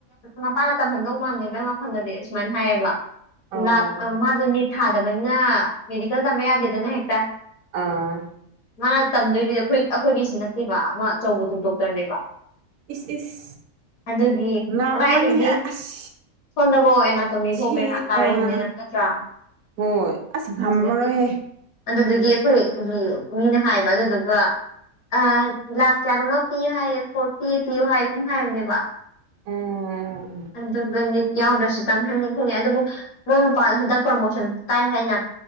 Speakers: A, on the left; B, on the right.
A: ꯃꯄꯥꯅ ꯇꯝꯐꯝꯟꯗꯧ ꯃꯥꯟꯗꯦ ꯅꯒꯤ ꯋꯥꯈꯜꯗꯗꯤ ꯑꯁꯨꯃꯥꯏꯅ ꯍꯥꯏꯌꯦꯕ
B: ꯑꯣ
A: ꯂꯥꯛ ꯑ ꯃꯥꯗꯣ ꯅꯤꯠ ꯊꯥꯗꯕꯅꯤꯅ ꯃꯦꯗꯤꯀꯦꯜ ꯇꯝꯕ ꯌꯥꯗꯦꯗꯅ ꯍꯦꯛꯇ
B: ꯑꯥ
A: ꯃꯥꯅ ꯇꯝꯗꯣꯏꯗꯨꯗꯤ ꯑꯩꯈꯣꯏ ꯑꯩꯈꯣꯏꯒꯤꯁꯤ ꯅꯠꯇꯦꯕ ꯑꯃ ꯑꯆꯧꯕꯗꯨ ꯗꯣꯛꯇꯔꯅꯦꯕ
B: ꯏꯁ ꯏꯁ
A: ꯑꯗꯨꯒꯤ
B: ꯉꯝꯃꯅꯤꯍꯦ
A: ꯀꯗꯥꯏꯗꯒꯤ
B: ꯑꯁ
A: ꯐꯣꯟꯗꯕꯣ ꯑꯦꯅꯥ ꯇꯝꯃꯤꯕꯣꯕꯦꯔꯥ
B: ꯁꯤ
A: ꯀꯥꯔꯅꯤ
B: ꯑꯥ
A: ꯅꯠꯇ꯭ꯔꯥ
B: ꯍꯣꯏ ꯑꯁ ꯉꯝꯃꯔꯦ
A: ꯑꯗꯨꯗꯨꯒꯤ ꯑꯗꯨꯗꯨꯒꯤ ꯑꯩꯈꯣꯏꯒꯤ ꯃꯤꯅ ꯍꯥꯏꯕ ꯑꯗꯨꯗꯨꯒ ꯑ ꯂꯥꯛ ꯀꯌꯥꯅꯣꯃ ꯄꯤꯌꯨ ꯍꯥꯏꯌꯦ ꯐꯣꯔꯇꯤ ꯄꯤꯌꯨ ꯍꯥꯏ ꯑꯗꯨꯝ ꯍꯥꯏꯕꯅꯦꯕ
B: ꯎꯝ
A: ꯑꯗꯨꯒ ꯠ ꯌꯥꯎꯗ꯭ꯔꯁꯨꯇꯪ ꯍꯟꯉꯦ ꯈꯣꯡꯉꯦ ꯑꯗꯨꯕꯨ ꯃꯣꯏ ꯃꯄꯥꯜꯗ ꯍꯟꯗꯛ ꯄ꯭ꯔꯣꯃꯣꯁꯟ ꯇꯥꯏ ꯍꯥꯏꯅ